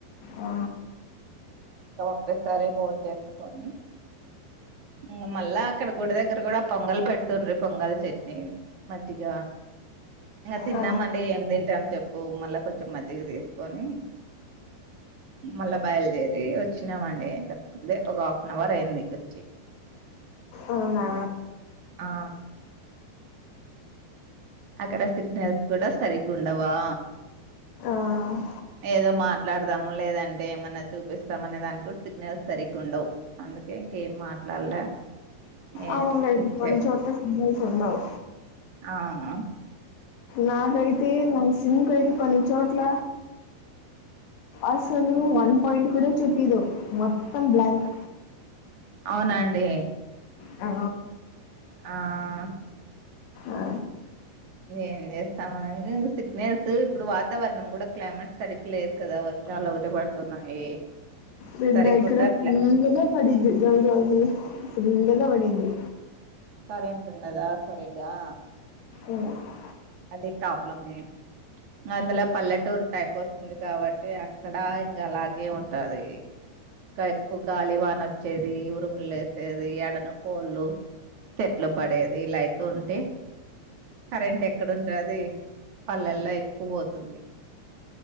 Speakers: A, on the left; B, on the right.
A: ఆ,
B: ఒకేసారే భోంచేసుకొని ఇంగ మళ్ళా అక్కడ గుడి దగ్గర కూడా పొంగల్ పెడుతుండ్రి పొంగల్ చట్నీ మజ్జిగ ఇంగ తిన్నామండి
A: ఆ,
B: ఏం తింటాము చెప్పు మళ్ళా కొంచెం మజ్జిగ తీసుకొని మళ్ళా బయలుదేరి వచ్చినామండి ఇంతకు ముందే ఒక హాఫ్ అన్ అవర్ అయింది వచ్చి
A: అవునా
B: ఆ అక్కడ సిగ్నల్స్ కూడా సరిగ్గా ఉండవా
A: ఆ
B: ఏదో మాట్లాడదాము లేదంటే ఏమన్నా చూపిస్తాము అనే దానికి కూడా సిగ్నల్స్ సరిగ్గా ఉండవు అందు కే ఇంకేం మాట్లాడలే ఏ
A: అవునులే ఇం
B: లిఫ్ట్
A: కొన్నిచోట్ల సిగ్నల్స్ ఉండవ్
B: ఆహ్
A: నాకైతే నా సిమ్‌కైతే కొన్ని చోట్ల అసలు వన్ పాయింట్ కూడా చూప్పియదు మొత్తం బ్లాంక్
B: అవునండి
A: ఆ
B: ఆఆ
A: ఆ
B: ఏం చేస్తాం సిగ్నల్స్ ఇప్పుడు వాతావరణం కూడా క్లైమేట్ సరిగా లేదు కదా వర్షాలు ఒకటే పడుతున్నాయి
A: నిన్న
B: సరిగ్గా
A: ఇక్కడ
B: ఉండట్లే
A: ఫుల్గా పడింది జోర్ జోరుగా ఫుల్గా పడింది
B: కరెంట్ ఉండదా సరిగ్గా
A: ఆ
B: అది ప్రాబ్లమే అందులో పల్లెటూరు టైప్ వస్తుంది కాబట్టి అక్కడ ఇంగా అలాగే ఉంటది ఎక్కువ గాలి వానొచ్చేది ఉరుముులు లేసేది యడన్న కోళ్ళు చెట్లు పడేది ఇలా అయితుంటే కరెంట్ ఎ క్కడ ఉంటది పల్లెల్లో ఎక్కువ పోతుంది